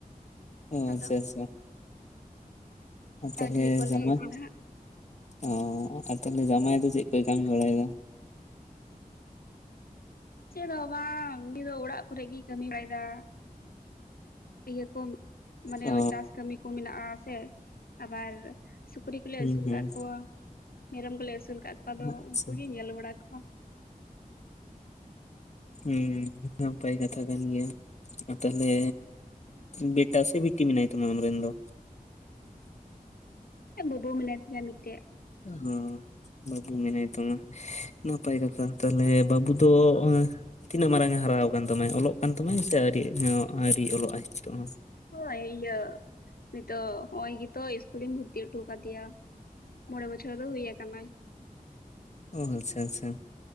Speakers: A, on the left; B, on the left.
A: ᱚ
B: ᱟᱫᱚ
A: ᱟᱪᱪᱷᱟ ᱟᱪᱪᱷᱟ ᱟ ᱛᱟᱦᱚᱞᱮ
B: ᱟᱨ ᱜᱷᱟᱹᱲᱤᱡ ᱯᱚᱨ
A: ᱡᱟᱢᱟᱭ
B: ᱞᱮ ᱤᱥᱤᱱᱟ
A: ᱫᱚ
B: ᱦᱟᱸᱜ
A: ᱚ ᱟᱨ ᱛᱟᱦᱚᱞᱮ ᱡᱟᱢᱟᱭ ᱫᱚ ᱪᱮᱫ ᱠᱚᱭ ᱠᱟᱹᱢᱤ ᱵᱟᱲᱟᱭᱮᱫᱟ
B: ᱪᱮᱫ ᱦᱚᱸ ᱵᱟᱝ ᱩᱱᱤ ᱫᱚ ᱚᱲᱟᱜ ᱠᱚᱨᱮᱜ ᱜᱤ ᱠᱟᱹᱢᱤ ᱵᱟᱲᱟᱭᱮᱫᱟ ᱤᱭᱟᱹ ᱠᱚ ᱢᱟᱱᱮ
A: ᱚ
B: ᱪᱟᱥ ᱠᱟᱹᱢᱤ ᱠᱚ ᱢᱮᱱᱟᱜᱼᱟ ᱥᱮ ᱟᱵᱟᱨ ᱥᱩᱠᱨᱤ ᱠᱚᱞᱮ
A: ᱦᱩᱸ
B: ᱟᱹᱥᱩᱞ
A: ᱦᱩᱸ
B: ᱠᱟᱜ ᱠᱚᱣᱟ ᱢᱮᱨᱚᱢ ᱠᱚᱞᱮ ᱟᱹᱥᱩᱞ ᱠᱟᱜ ᱠᱚᱣᱟ ᱟᱫᱚ
A: ᱟᱪᱪᱷᱟ
B: ᱩᱱᱠᱩᱜᱤᱭ ᱧᱮᱞ ᱵᱟᱲᱟ ᱠᱚᱣᱟ
A: ᱦᱩᱸ ᱱᱟᱯᱟᱭ ᱠᱟᱛᱷᱟ ᱠᱟᱱ ᱜᱮᱭᱟ ᱟᱨ ᱛᱟᱦᱚᱞᱮ ᱵᱮᱴᱟ ᱥᱮ ᱵᱤᱴᱤ ᱢᱮᱱᱟᱭ ᱛᱟᱢᱟ ᱟᱢᱨᱮᱱ ᱫᱚ
B: ᱦᱮᱸ ᱵᱟᱹᱵᱩ ᱢᱮᱱᱟᱭ ᱛᱤᱧᱟ ᱢᱤᱫᱴᱮᱡ
A: ᱦᱚᱸ ᱵᱟᱹᱵᱩ ᱢᱮᱱᱟᱭ ᱛᱟᱢᱟ ᱱᱟᱯᱟᱭ ᱠᱟᱛᱷᱟ ᱛᱟᱦᱞᱮ
B: ᱳᱭ
A: ᱵᱟᱹᱵᱩ ᱫᱚ ᱛᱤᱱᱟᱹᱜ ᱢᱟᱨᱟᱝᱮ ᱦᱟᱨᱟᱣ ᱠᱟᱱ ᱛᱟᱢᱟᱭ ᱚᱞᱚᱜ ᱠᱟᱱ ᱛᱟᱢᱟᱭ ᱥᱮ ᱟᱹᱨᱤ ᱦᱚᱸ ᱟᱹᱨᱤ ᱚᱞᱚᱜ ᱟᱭ ᱱᱤᱛᱚᱜ ᱦᱚᱸ
B: ᱦᱳᱭ ᱤᱭᱟᱹ ᱱᱤᱛᱚᱜ ᱦᱚᱜᱼᱚᱭ ᱜᱮᱛᱚ ᱤᱥᱠᱩᱞᱤᱧ ᱵᱷᱩᱨᱛᱤ ᱦᱚᱴᱚ ᱠᱟᱫᱮᱭᱟ ᱢᱚᱬᱮ ᱵᱚᱪᱷᱚᱨᱮ ᱦᱩᱭ ᱠᱟᱱᱟᱭ
A: ᱚ ᱟᱪᱪᱷᱟ ᱟᱪᱪᱷᱟ